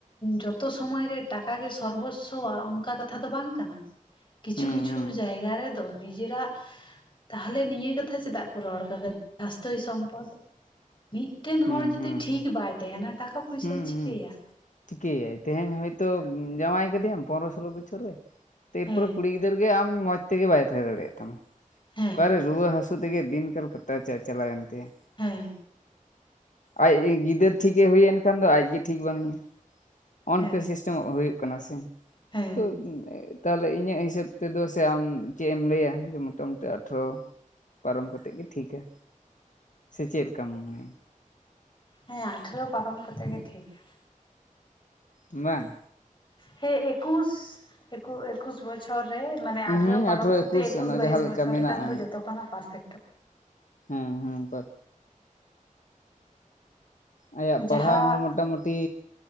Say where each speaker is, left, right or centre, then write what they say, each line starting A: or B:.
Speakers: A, on the left; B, on the left.
A: ᱡᱚᱛᱚ ᱥᱚᱢᱚᱭᱨᱮ ᱴᱟᱠᱟ ᱜᱮ ᱥᱚᱨᱵᱚᱥᱥᱚ-ᱟ ᱚᱱᱠᱟ ᱠᱟᱛᱷᱟ ᱫᱚ ᱵᱟᱝ ᱠᱟᱱᱟ ᱾ ᱠᱤᱪᱷᱩ
B: ᱦᱩᱸ
A: ᱠᱤᱪᱷᱩ
B: ᱦᱩᱸ
A: ᱡᱟᱭᱜᱟ ᱨᱮ ᱛᱚ ᱱᱤᱡᱮᱨᱟᱜ ᱛᱟᱦᱚᱞᱮ ᱱᱤᱭᱟᱹ ᱠᱟᱛᱷᱟ ᱪᱮᱫᱟᱜ ᱠᱚ ᱨᱚᱲ ᱟᱠᱟᱫᱟ ᱥᱟᱥᱛᱷᱚᱭ ᱥᱚᱢᱯᱚᱫ ᱾ ᱢᱤᱫᱴᱮᱱ
B: ᱦᱩᱸ
A: ᱦᱚᱲ ᱡᱩᱫᱤ
B: ᱦᱩᱸ
A: ᱴᱷᱤᱠ
B: ᱦᱩᱸ
A: ᱵᱟᱭ ᱛᱟᱦᱮᱱᱟ ᱴᱟᱠᱟ ᱯᱚᱭᱥᱟᱭ
B: ᱦᱩᱸ
A: ᱪᱤᱠᱟᱹᱭᱟ?
B: ᱦᱩᱸ ᱪᱤᱠᱟᱹᱭᱟᱭ ᱛᱮᱦᱮᱧ ᱦᱚᱭᱛᱚ ᱡᱟᱶᱟᱭ ᱟᱠᱟᱫᱮᱭᱟᱢ ᱯᱚᱱᱨᱚ ᱥᱳᱞᱳ ᱵᱚᱪᱷᱚᱨ ᱨᱮ ᱮᱨᱯᱚᱨᱮ
A: ᱦᱮᱸ
B: ᱠᱩᱲᱤ ᱜᱤᱫᱽᱨᱟᱹ ᱜᱤᱫᱟᱹᱨ ᱜᱮ ᱟᱢ ᱢᱚᱸᱡᱽ ᱛᱮᱜᱮ ᱵᱟᱭ ᱛᱟᱦᱮᱸ ᱫᱟᱲᱮᱭᱟᱜ ᱛᱟᱢᱟ
A: ᱦᱮᱸ
B: ᱚᱠᱟᱨᱮ ᱨᱩᱣᱟᱹ ᱦᱟᱹᱥᱩ ᱛᱮᱜᱮ ᱫᱤᱱ ᱠᱟᱞ ᱠᱟᱴᱟᱣ ᱪᱟᱞᱟᱣᱮᱱ ᱛᱟᱭᱟ
A: ᱦᱮᱸ
B: ᱟᱡ ᱜᱤᱫᱟᱹᱨ ᱴᱷᱤᱠᱮ ᱦᱩᱭᱮᱱ ᱠᱷᱟᱱ ᱫᱚ ᱟᱡᱜᱮ ᱴᱷᱤᱠ ᱵᱟᱱᱩᱭᱟ ᱱᱚᱜ
A: ᱦᱮᱸ
B: ᱱᱚᱠᱟ ᱪᱚᱝᱚᱜ ᱦᱩᱭᱩᱜ ᱠᱟᱱᱟ ᱥᱮ
A: ᱦᱮᱸ
B: <inaudible> ᱛᱟᱦᱚᱞᱮ ᱤᱧᱟᱹᱜ ᱦᱤᱥᱟᱹᱵ ᱛᱮᱫᱚ ᱥᱮ ᱟᱢ ᱪᱮᱫ ᱮᱢ ᱞᱟᱹᱭᱟ ᱡᱮ ᱢᱚᱴᱟ ᱢᱩᱩᱴᱤ ᱟᱴᱷᱨᱚ ᱯᱟᱨᱚᱢ ᱠᱟᱛᱮᱫ ᱜᱤ ᱴᱷᱤᱠᱟ ᱥᱮ ᱪᱮᱫᱠᱟᱢ ᱢᱚᱱᱮᱭᱟ?
A: ᱦᱮᱸ ᱟᱴᱷᱮᱨᱚ ᱯᱟᱨᱚᱢ ᱠᱟᱛᱮᱫ ᱜᱮ ᱴᱷᱤᱠᱟ ᱾
B: ᱵᱟᱝ,
A: ᱦᱮᱸ ᱮᱠᱩᱥ ᱮᱠᱩ ᱮᱠᱩᱥ ᱵᱚᱪᱷᱚᱨ ᱨᱮ ᱢᱟᱱᱮ
B: ᱦᱩᱸ
A: ᱟᱴᱷᱮᱨᱚ ᱯᱟᱨᱚᱢ
B: ᱟᱴᱷᱨᱚ
A: ᱠᱟᱛᱮ ᱮᱠᱩᱥ
B: ᱚᱱᱟ ᱡᱟᱦᱟᱸ
A: ᱵᱟᱭᱤᱥ
B: ᱞᱮᱠᱟ
A: ᱵᱚᱪᱷᱚᱨ
B: ᱢᱮᱱᱟᱜᱼᱟ
A: ᱨᱮᱠᱷᱟᱱ ᱫᱚ ᱡᱚᱛᱚ ᱠᱷᱚᱱᱟᱜ ᱯᱟᱨᱯᱷᱮᱴᱚᱜ-ᱟ᱾
B: ᱦᱮᱸ ᱦᱮᱸ ᱯᱟᱴ ᱟᱭᱟᱜ ᱯᱟᱲᱦᱟᱣ
A: ᱡᱟᱦᱟᱸ
B: ᱦᱚᱸ ᱢᱚᱴᱟᱢᱩᱴᱤ